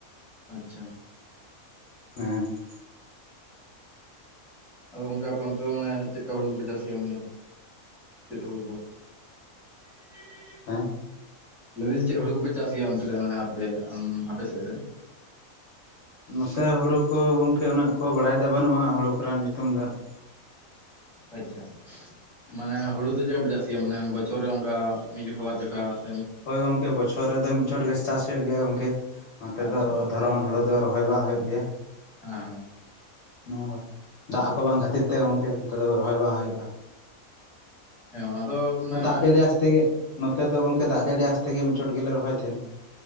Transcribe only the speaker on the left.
<unintelligible>
ᱦᱮᱸ
ᱱᱚᱛᱮ ᱦᱩᱲᱩ ᱠᱚ ᱜᱚᱝᱠᱮ ᱩᱱᱟᱹᱜ ᱠᱚ ᱵᱟᱲᱟᱭ ᱫᱚ ᱵᱟᱹᱱᱩᱜᱼᱟ ᱦᱟᱸᱜ ᱦᱳᱲᱩ ᱠᱚᱨᱮᱱᱟᱜ ᱧᱩᱛᱩᱢ ᱫᱚ ᱦᱟᱸᱜ ᱾
ᱦᱳᱭ ᱜᱚᱝᱠᱮ ᱵᱚᱪᱷᱚᱨ ᱨᱮᱫᱚ ᱢᱤᱫ ᱪᱷᱚᱴ ᱜᱮ ᱪᱟᱥ ᱦᱳᱭᱳᱜ ᱜᱮᱭᱟ ᱜᱚᱝᱠᱮ ᱱᱚᱛᱮ
ᱫᱚ ᱫᱷᱚᱨᱚᱱ ᱦᱚᱲᱚ ᱫᱚ ᱨᱚᱦᱚᱭ ᱵᱟᱝ ᱦᱩᱭᱩᱜ ᱜᱮᱭᱟ᱾
ᱱᱚᱝᱠᱟ ᱫᱟᱜ ᱠᱚ ᱵᱟᱝ ᱠᱷᱟᱹᱛᱤᱨ ᱛᱮ ᱜᱚᱝᱠᱮ ᱱᱚᱛᱮ ᱫᱚ ᱨᱚᱦᱚᱭ ᱵᱟᱝ ᱦᱳᱭᱳᱜᱼᱟ᱾
ᱫᱟᱜ ᱡᱟᱹᱲᱤ ᱟᱸᱥ ᱛᱮᱜᱮ ᱱᱚᱛᱮ ᱫᱚ ᱜᱚᱝᱠᱮ ᱫᱟᱜ ᱡᱟᱹᱲᱤ ᱟᱸᱥ ᱛᱮᱜᱮ ᱢᱤᱫ ᱪᱷᱚᱴ ᱜᱮᱞᱮ ᱨᱚᱦᱚᱭ ᱛᱟᱦᱮᱱᱟ᱾